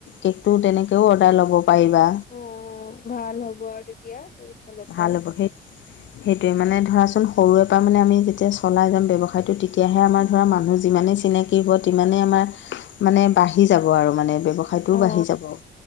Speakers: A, on the left; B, on the left.
A: কেকটো তেনেকৈও অৰ্ডাৰ ল'ব পাৰিবা
B: অ ভাল হ'ব আৰু তেতিয়া ফালৰ পৰাই
A: ভাল হ'ব সেই সেইটোৱে মানে ধৰাচোন সৰুৰে পৰা মানে আমি যেতিয়া চলাই যাম ব্যৱসায়টো তেতিয়াহে আমাৰ ধৰা মানুহ যিমানেই চিনাকি থাকিব তিমানে আমাৰ মানে বাঢ়ি যাব আৰু মানে ব্যৱসায়টোও
B: উম
A: বাঢ়ি যাব